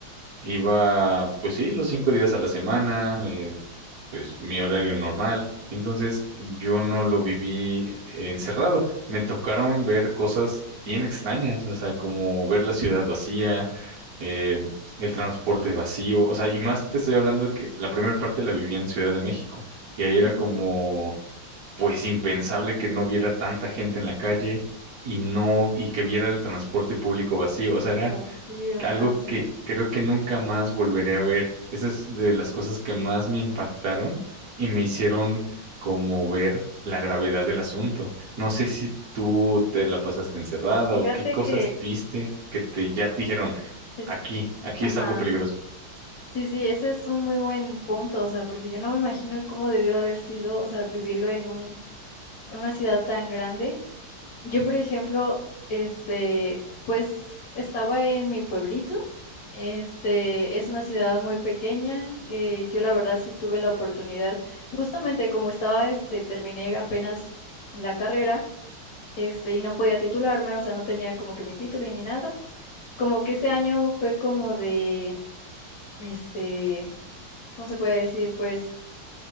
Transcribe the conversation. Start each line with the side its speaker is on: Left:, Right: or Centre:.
Right: Iba, pues sí, los cinco días a la semana, eh, pues mi horario normal. Entonces yo no lo viví encerrado. Me tocaron ver cosas bien extrañas, o sea, como ver la ciudad vacía, eh, el transporte vacío. O sea, y más te estoy hablando de que la primera parte la viví en Ciudad de México. Y ahí era
Left: ujú,
Right: como, pues impensable que no viera tanta gente en la calle y no, y que viera el transporte público vacío. O sea, era
Left: Vacío,
Right: algo
Left: aso.
Right: que creo que nunca más volveré a ver. Esa es de las cosas que más me impactaron y me hicieron como ver la gravedad del asunto. No sé si tú te la pasaste encerrada
Left: Fíjate
Right: o qué cosas
Left: que
Right: viste que te ya te dijeron,
Left: es,
Right: aquí, aquí
Left: ajá.
Right: es algo peligroso.
Left: Sí, sí, ese es un muy buen punto, o sea, porque yo no me imagino cómo debió haber sido, o sea, vivirlo en un, en una ciudad tan grande. Yo, por ejemplo, este, pues estaba en mi pueblito. Este es una ciudad muy pequeña. eh, yo la verdad sí tuve la oportunidad, justamente como estaba, este, terminé apenas la carrera. este, y no podía titularme, o sea, no tenía como que mi título y ni nada. Como que ese año fue como de, este, ¿cómo se puede decir? Pues